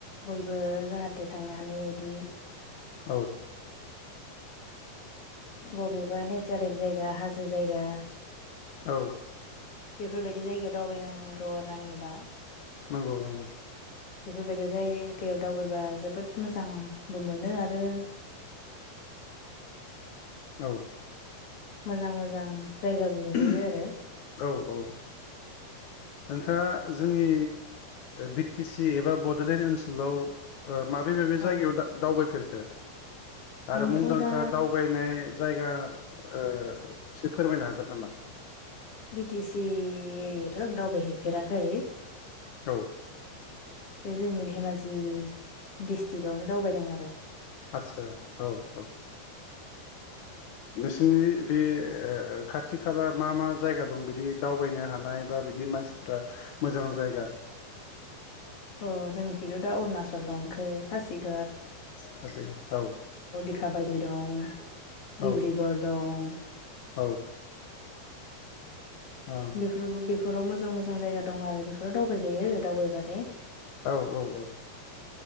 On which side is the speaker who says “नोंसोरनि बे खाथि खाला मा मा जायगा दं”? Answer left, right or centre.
Left